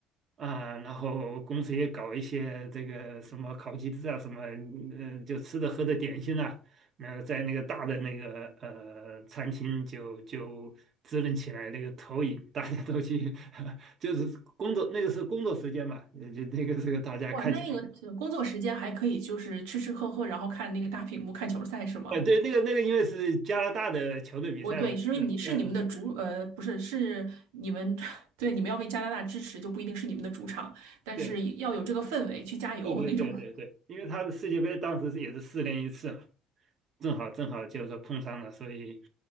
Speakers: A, on the right; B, on the right.
A: 啊，然后公司也搞一些这个什么烤鸡翅啊什么，呃，就吃的喝的点心啊。那在那个大的那个呃餐厅就就支棱起来那个投影，大家都去，<laughs> 就是工作那个是工作时间嘛，呃就那个是大家看球，
B: 哇，那个呃工作时间还可以，就是吃吃喝喝，然后看那个大屏幕看球赛是吗？
A: <laughs> 呃对，那个那个因为是加拿大的球队比赛嘛，
B: 我对，是因为你是你们的主，
A: 嗯
B: 呃，不是，是你们，<laughs> 对，你们要为加拿大支持，就不一定是你们的主场，但是要有这个氛围去加油那种。
A: 对对对对对对，
B: <laughs>
A: 因为他的世界杯当时是也是四年一次嘛，正好正好就是说碰上了，所以